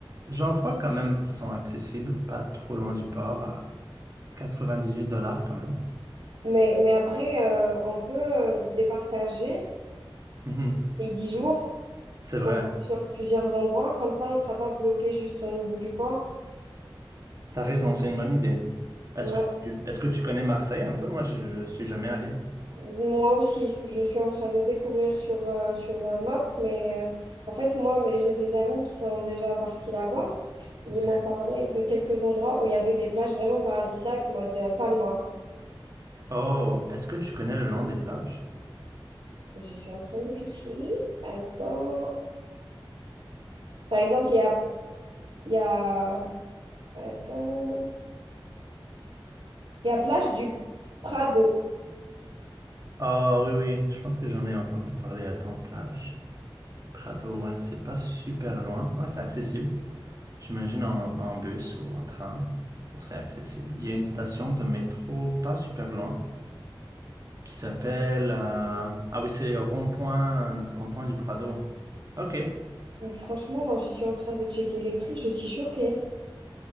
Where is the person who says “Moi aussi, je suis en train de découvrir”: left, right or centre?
Right